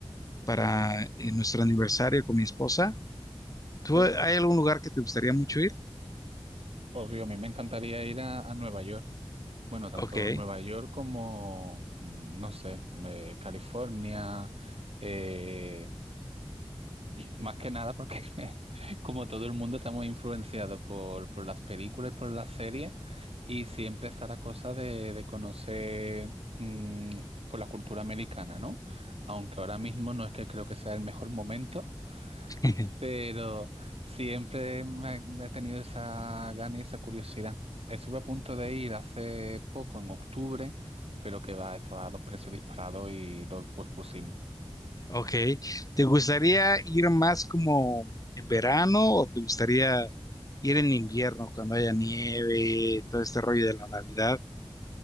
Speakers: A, on the left; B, on the right.
A: para eh, nuestro aniversario con mi esposa. ¿Tú,
B: Sí,
A: hay algún lugar que te gustaría mucho ir?
B: obvio, a mí me encantaría ir a, a Nueva York. Bueno, tanto
A: Ok.
B: Nueva York como, mm, no sé, eh, California, eh, más que nada porque <laughs> como todo el mundo estamos influenciados por, por las películas, por las series, y siempre está la cosa de, de conocer mm, por la cultura americana, ¿no? Aunque ahora mismo no es que creo que sea el mejor momento.
A: <laughs>
B: pero siempre me, he tenido esa gana y esa curiosidad. Estuve a punto de ir hace poco, en octubre, pero que va, estaban los precios disparados y lo pospusimos.
A: Ok. ¿Te gustaría ir más como en verano o te gustaría ir en invierno cuando haya nieve, todo este rollo de la Navidad?